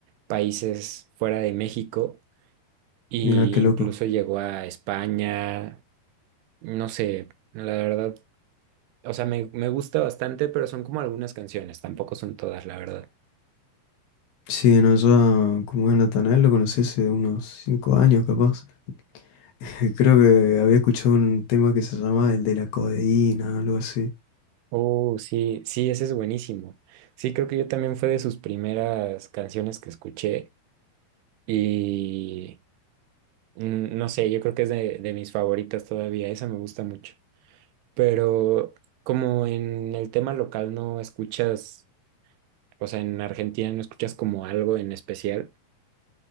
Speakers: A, on the right; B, on the left.
A: países fuera de México y
B: Mira qué
A: incluso
B: loco.
A: llegó a España, no sé, la verdad, o sea, me, me gusta bastante, pero son como algunas canciones, tampoco son todas, la verdad.
B: Sí, no, yo como es Natanael lo conocí hace unos cinco años capaz. <laughs> Creo que había escuchado un tema que se llamaba el de la codeína, algo así.
A: Oh, sí, sí, ese es buenísimo. Sí, creo que yo también fue de sus primeras canciones que escuché. Y Mm, No sé, yo creo que es de, de mis favoritas todavía, esa me gusta mucho. Pero como en el tema local no escuchas, o sea, en Argentina no escuchas como algo en especial.